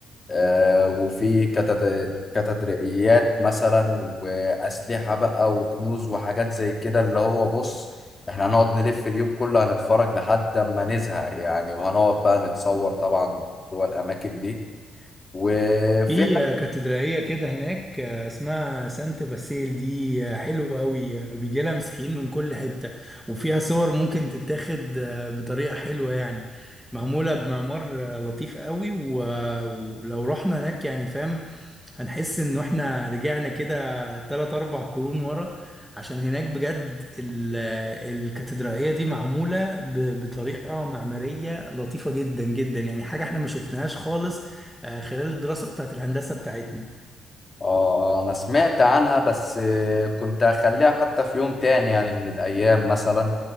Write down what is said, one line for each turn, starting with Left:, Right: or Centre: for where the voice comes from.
Left: آه، وفي كاتد- كاتدرائيات مثلا وأسلحة بقى وكنوز وحاجات زي كده اللي هو بص احنا هنقعد نلف اليوم كله هنتفرج لحد ما نزهق يعني وهنقعد بقى نتصور طبعا جوه الأماكن دي وفي
Centre: في
Left: حاجة
Centre: آه، كاتدرائية كده هناك آه، اسمها سانت باسيل دي آه، حلوة قوي بيجي لها مسيحيين من كل حتة وفيها صور ممكن تتاخد آه، بطريقة حلوة يعني معمولة بمعمار آه، لطيف قوي و- آه، ولو رحنا هناك يعني فاهم هنحس ان احنا رجعنا كده تلات اربع قرون ورا عشان هناك بجد ال- الكاتدرائية دي معمولة ب- بطريقة معمارية لطيفة جدا جدا يعني حاجة احنا ما شفناهاش خالص آه، خلال الدراسة بتاعت الهندسة بتاعتنا
Left: اه أنا سمعت عنها بس آه، كنت هخليها حتى في يوم تاني يعني من الأيام مثلا